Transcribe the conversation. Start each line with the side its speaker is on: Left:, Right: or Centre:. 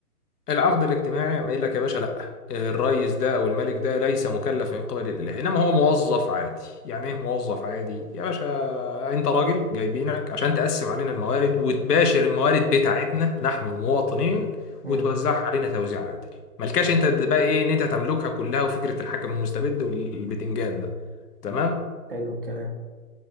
Left: العقد الاجتماعي قام قايل لك يا باشا لا الريس ده او الملك ده ليس مكلف من قبل الاله انما هو موظف عادي يعني ايه موظف عادي يا باشا انت راجل جايبينك عشان تقسم علينا الموارد وتباشر الموارد بتاعتنا نحن المواطنين
Right: امم
Left: وتوزعها علينا توزيع عادل ملكاش انت بقى ايه ان انت تملكها كلها وفكرة الحاكم المستبد والبتنجان ده تمام
Right: حلو الكلام